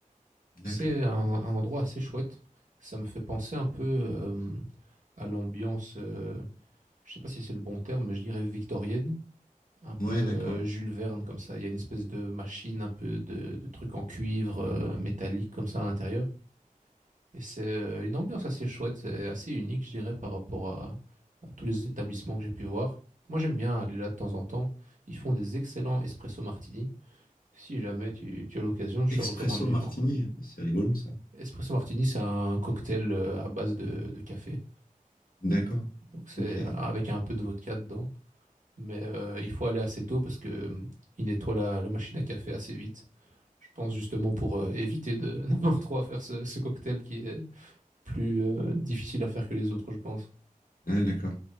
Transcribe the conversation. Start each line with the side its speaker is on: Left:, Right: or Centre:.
Left: D'accord.
Right: C'est un, un endroit assez chouette. Ça me fait penser un peu euh, à l'ambiance. euh, je sais pas si c'est le bon terme, mais je dirais victorienne, un peu
Left: Ouais,
Right: euh,
Left: d'accord.
Right: Jules Verne comme ça. Il y a une espèce de machine, un peu de, de truc en cuivre euh, métallique comme ça à l'intérieur. Et c'est euh, une ambiance assez chouette, c'est assez unique, je dirais, par rapport à, à tous les établissements que j'ai pu voir. Moi, j'aime bien aller là de temps en temps. Ils font des excellents espresso martini. Si jamais tu, tu as l'occasion, je
Left: Expresso
Right: te recommande vivement.
Left: Martini, c'est rigolo ça.
Right: Espresso martini, c'est un cocktail euh, à base de, de café.
Left: D'accord.
Right: Donc, c'est
Left: Ok.
Right: euh, avec un peu de vodka dedans. Mais euh, il faut aller assez tôt parce que euh, il nettoie la, la machine à café assez vite. Je pense justement pour euh, éviter de <laughs> n'avoir trop à faire ce, ce cocktail qui est plus euh, difficile à faire que les autres, je pense.
Left: Ouais, d'accord.